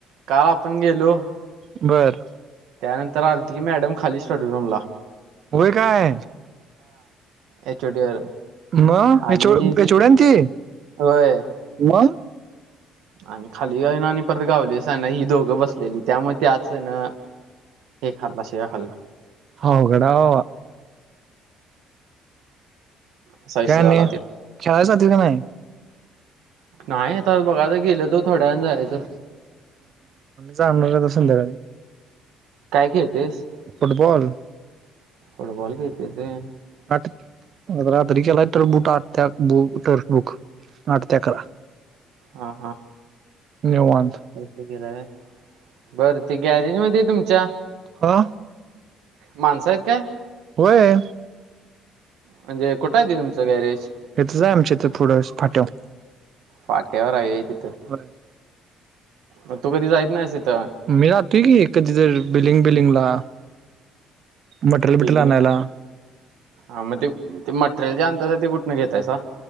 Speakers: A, on the right (about 85°); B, on the right (about 45°).
A: काल आपण गेलो
B: बरं
A: त्यानंतर आलीती की मॅडम खाली स्टडीरूम ला
B: होय काय
A: एचओडी वर
B: होय
A: आणि
B: एच ओ डी
A: ति-
B: आणी ती
A: होय
B: मग
A: आणि खाली जाऊन आणि परत गावलीसा ना ही दोघं बसलेली त्यामुळे त्याच ना हे खाल्ला शिवा खाल्ला
B: अवघड आहे बाबा
A: असा विषय
B: का आणी
A: झाला त्यो
B: खेळाय जातस काय नाही
A: नाही आता बघाच गेलो तर थोड्या वेळाने जायचं
B: जाणार आहे बघ संध्याकाळी
A: काय खेळतेस
B: फुटबॉल
A: फुटबॉल खेळतेस होय
B: आठ रात्री केलातर बुट आठ ते आठ बुक टर्फबुक आठ ते अकरा
A: हा हा
B: निवांत
A: असं केलाय होय बरं ते गॅरेज मध्ये तुमच्या
B: हा
A: माणसं आहेत काय
B: होय
A: म्हणजे कुठं आहेे ते तुमचं गॅरेज
B: हीतचाय आमच्या इथ पुढंच फाट्यावर
A: पाट्यावर हाय होय तिथं
B: बरं
A: मग तू कधी जायच नाहीस तीथं
B: मी जातोय की कधी तर बिलिंग बिलिंगला मटेरियल
A: बिल्लिंग
B: बिटेरियल आणायला
A: ला हा मग ते ते मटेरियल जे अणताय ते कुठून घेतायसा